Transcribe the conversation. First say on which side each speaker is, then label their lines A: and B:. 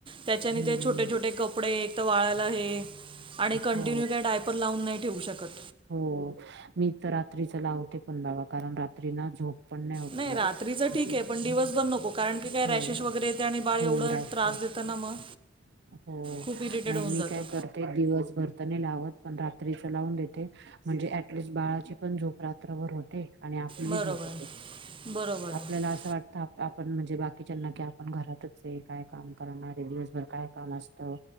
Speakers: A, on the right; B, on the right.
A: त्याच्याने
B: हम्म
A: ते छोटे-छोटे कपडे एक तर वाळायला हे. आणि कंटिन्यू
B: हो
A: त्या डायपर लावून नाही ठेवू शकत.
B: हो मी तर रात्रीच लावते पण बाबा कारण रात्री ना झोप पण होत
A: नाही
B: ना
A: रात्रीच
B: मग
A: ठीक
B: ते
A: आहे पण दिवसभर नको. कारण की काय
B: हो
A: रॅशेस वगैरे येते आणि बाळ
B: हो
A: एवढं
B: रॅश
A: त्रास देतं ना मग.
B: हो
A: खूप इरिटेड
B: नाही
A: होऊन
B: मी
A: जातं
B: काय करते. ते दिवस भरतनी लावत पण रात्रीचं लावून देते. म्हणजे ऍटलिस्ट बाळाची पण झोप रात्रभर होते. आणि आपली
A: बरोबर
B: झोप होते
A: आहे बरोबर आहे
B: आपल्याला असं वाटतं आपण म्हणजे बा बा किचन न की आपण घरातच आहे काय काम करणार, दिवसभर काय? काम असतं.